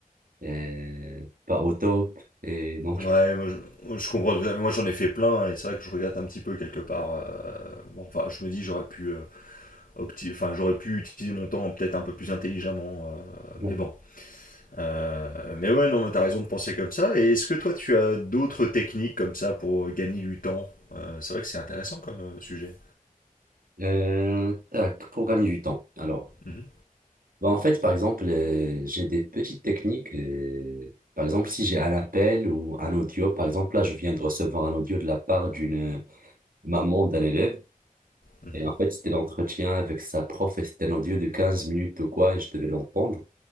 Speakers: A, on the right; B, on the left.
A: euh, euh, pas au top. Et donc, je
B: Ouais, moi, je, je comprends. tout à fait. Moi j'en ai fait plein et c'est vrai que je regrette un petit peu quelque part. euh, bon, enfin, je me dis j'aurais pu, euh, opti- enfin, j'aurais pu utiliser mon temps peut-être un peu plus intelligemment. euh,
A: comprends.
B: mais bon. Euh, mais ouais, non, mais t'as raison de penser comme ça. Et est-ce que toi tu as d'autres techniques comme ça pour gagner du temps? Euh, c'est vrai que c'est intéressant comme euh, sujet.
A: Euh, tac, pour gagner du temps. Alors,
B: Mhm,
A: bah, en fait, par exemple, euh, j'ai des petites techniques. euh, par exemple, si j'ai un appel ou un audio, par exemple, là, je viens de recevoir un audio de la part d'une maman d'un élève.
B: mhm,
A: Et en fait, c'était l'entretien avec sa prof et c'était un audio de 15 minutes ou quoi, et je devais l'entendre.